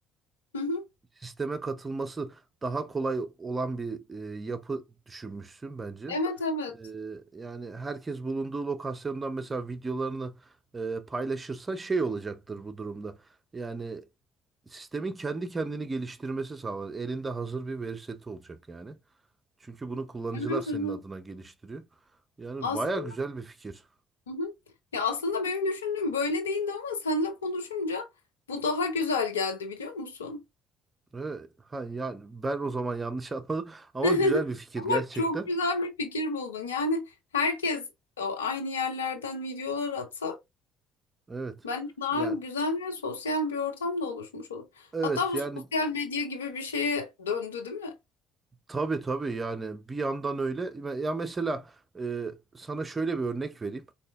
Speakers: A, on the left; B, on the right.
A: hı hı.
B: sisteme katılması daha kolay olan bir e, yapı düşünmüşsün bence.
A: Evet, evet.
B: E, yani herkes bulunduğu lokasyondan mesela videolarını e, paylaşırsa şey olacaktır bu durumda. Yani sistemin kendi kendini geliştirmesi sağlar. Elinde hazır bir veri seti olacak yani. Çünkü bunu kullanıcılar
A: Evet,
B: senin
A: evet.
B: adına geliştiriyor. Yani
A: Aslında,
B: baya güzel bir fikir.
A: hı hı. Ya aslında benim düşündüğüm böyle değildi ama seninle konuşunca bu daha güzel geldi biliyor musun?
B: Ve, ha, yani ben o zaman yanlış <laughs> anladım ama
A: <laughs>
B: güzel bir fikir
A: Ama
B: gerçekten.
A: çok güzel bir fikir buldun. Yani herkes o aynı yerlerden videolar atsa
B: Evet.
A: bence daha
B: Yani
A: güzel ve sosyal bir ortam da oluşmuş olur.
B: evet
A: Hatta bu
B: yani
A: sosyal medya gibi bir şeye döndü, değil mi?
B: Tabii tabii yani bir yandan öyle. Ya mesela e, sana şöyle bir örnek vereyim.